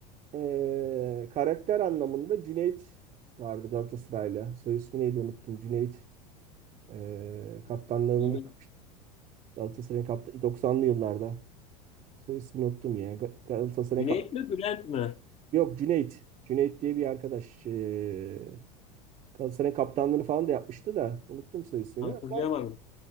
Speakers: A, on the right (about 30°); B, on the left (about 30°).
A: e, karakter anlamında Cüneyt vardı Galatasaray'la. Soy ismi neydi unuttum. Cüneyt e, kaptanlığını
B: Güney,
A: da yapmış. Galatasaray'ın kapta 90'lı yıllarda. Soy ismini unuttum ya. Ga- Galatasaray'ın
B: Güney mi Bülent mi?
A: Yok Cüneyt. Cüneyt diye bir arkadaş. Ee, Galatasaray'ın kaptanlığını falan da yapmıştı da. Unuttum soy ismini.
B: Hatırlayamadım.
A: Ama